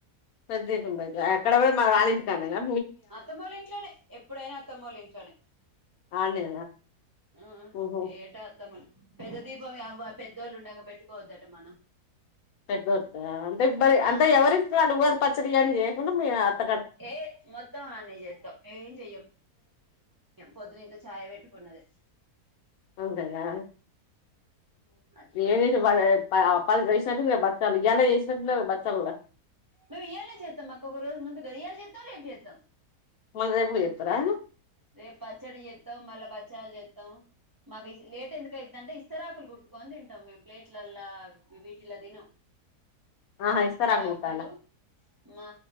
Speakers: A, on the left; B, on the right.
A: పెద్ద దీపం పెట్టు ఎక్కడ పెడ్ మళ్ళా వాళ్ళింటి కాడ్నేనా
B: అత్తమ్మోళ్ళింట్లోనే ఎప్పుడైనా అత్తమ్మోళ్ళింట్లోనే
A: ఆడనే
B: ఆ
A: ఓహో
B: ఏటా అత్తమ్మ వా పెద్దోళ్ళు ఉండగా పెట్టుకోవద్దట మనం
A: <unintelligible> అంటే ఇప్పడి అంటే
B: ఆహా
A: ఎవరింటికి వాళ్ళు ఉద పచ్చడి అని <unintelligible>
B: ఏ మొత్తం ఆడ్నే చెత్తవ్ పొద్దునింత ఛాయ పెట్టుకున్నది
A: అంతేనా
B: అ
A: ఏం చేసి బాధ చెప్పల్లా వాళ్ళు వేసినట్టు మే బతకాలి ఇయాలా చేసినట్టున్నరుగా బచ్చాళ్లు గూడ
B: మేము ఈయాలే చెత్తాం మాకు ఒక రోజ మందుగా ఇయలా చెత్తాం రేపు చెత్తాం
A: మళ్ళ రేపు కూడా చెత్తారా
B: రేపు పచ్చడి చేత్తవు మళ్ళ బచ్చాలు చే తవు మరీ జ్ లేట్ ఎందుకు అయిద్దంటే ఇస్ ఇస్తరాకులు కుట్టుకొని తింటాం మేము ప్లేట్లల్లో వీటిలో తినం
A: ఆహా ఇస్తారా
B: ఇస్తరాకులు
A: కుట్టాల
B: మా